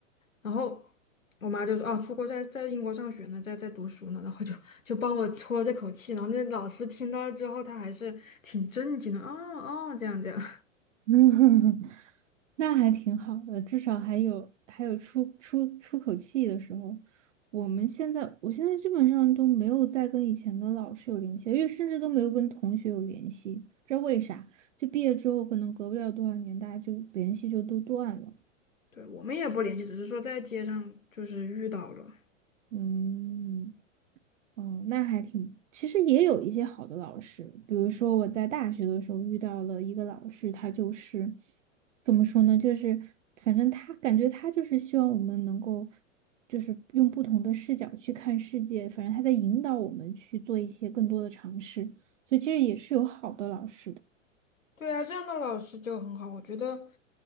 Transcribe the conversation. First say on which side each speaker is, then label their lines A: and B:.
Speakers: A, on the left (about 85°); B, on the right (about 65°).
A: 然后我妈就说啊，出国在在英国上学呢，在在读书呢。然后就就帮我出了这口气。然后那老师听到之后，他还是挺震惊的。啊哦，这样这样，
B: <laughs> 那还挺好的，至少还有还有出出出口气的时候。我们现在，我现在基本上都没有再跟以前的老师有联系，因为甚至都没有跟同学有联系，不知道为啥。就毕业之后，可能隔不了多少年，大家就联系就都断了。
A: <laughs> 对，我们也不联系，只是说在街上就是遇到了。
B: 嗯。哦，那还挺，其实也有一些好的老师，比如说我在大学的时候遇到了一个老师，他就是怎么说呢，就是反正他感觉他就是希望我们能够，就是用不同的视角去看世界，反正他在引导我们去做一些更多的尝试，所以其实也是有好的老师的。
A: 对啊，这样的老师就很好，我觉得，